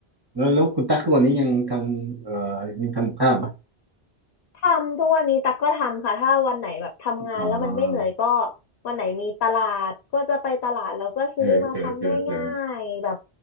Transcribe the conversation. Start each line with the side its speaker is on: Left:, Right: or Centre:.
Right: แล้วแล้วคุณตั๊กทุกวันนี้ยังทำเอ่อยังทำกับข้าวไหม
Left: ทำทุกวันนี้ตักก็ทำค่ะถ้าวันไหนแบบทำงานแล้วมันไม่เหนื่อยก็
Right: อ๋อ
Left: วันไหนมีตลาดก็จะไปตลาดแล้วก็ซื้อมาทำง่ายๆแบบ
Right: เออเออเออเออ